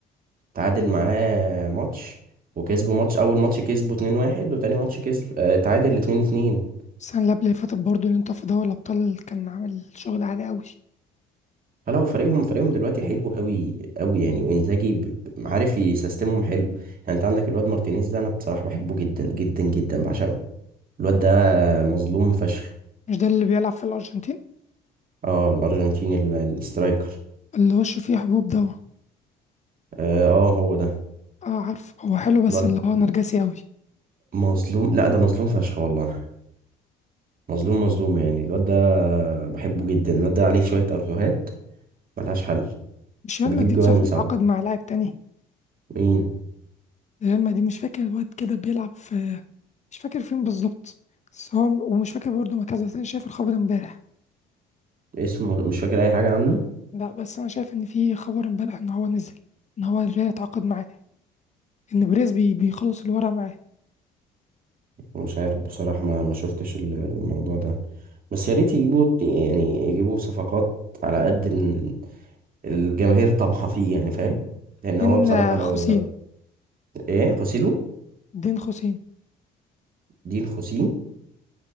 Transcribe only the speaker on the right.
تعادل معاه ماتش وكسبوا ماتش اول ماتش كسبوا 2-1 وتاني ماتش كسب آه، تعادل 2-2
فلو فريقهم فريقهم دلوقتي حلو قوي قوي يعني وانزاجي ب- ب- عارف يسيستمهم حلو يعني انت عندك الواد مارتينيز ده انا بصراحة بحبه جدا جدا جدا بعشقه الواد ده مظلوم فشخ
اه الارجنتيني ال- الاسترايكر
اه آه، هو ده
الواد
مظلوم لا ده مظلوم فشخ والله مظلوم مظلوم يعني الواد ده بحبه جدا الواد ده عليه شوية ارتوهات ملهاش حل
وبيجيب
جوان
صعبة
مين
اسمه مش فاكر اي حاجه عنه
مش عارف بصراحه ما ما شفتش ال- الموضوع ده بس يا ريت يجيبوا يعني يجيبوا صفقات على قد ال- الجماهير طمحة فيه يعني فاهم لان
هو بصراحه لو
لو ايه خوسيلو
دين خوسين